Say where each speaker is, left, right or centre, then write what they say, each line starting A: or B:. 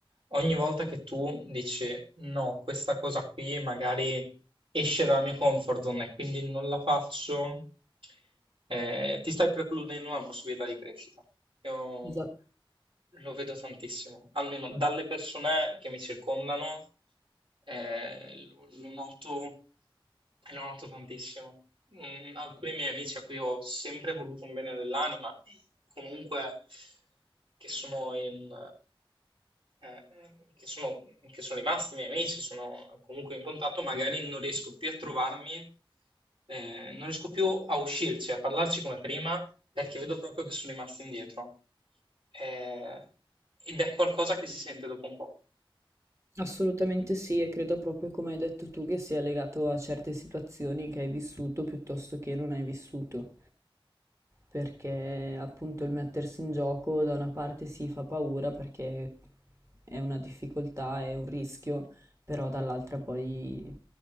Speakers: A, on the right; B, on the right.
A: ogni volta che tu dici no, questa cosa qui magari esce dalla mia comfort zone e quindi non la faccio, eh, ti stai precludendo una possibilità di crescita. Io
B: Esatto.
A: lo vedo tantissimo, almeno dalle persone che mi circondano, eh, lo, lo noto, e lo noto tantissimo. Mm, alcuni miei amici a cui ho sempre voluto un bene dell'anima, e comunque che sono in, eh, eh, che sono, che sono rimasti miei amici, sono comunque in contatto, magari non riesco più a trovarmi, eh, non riesco più a uscirci, a parlarci come prima perché vedo proprio che sono rimasto indietro. Eh, ed è qualcosa che si sente dopo un po'.
B: Assolutamente sì, e credo proprio come hai detto tu che sia legato a certe situazioni che hai vissuto piuttosto che non hai vissuto, perché appunto il mettersi in gioco da una parte si fa paura perché è una difficoltà, è un rischio, però dall'altra poi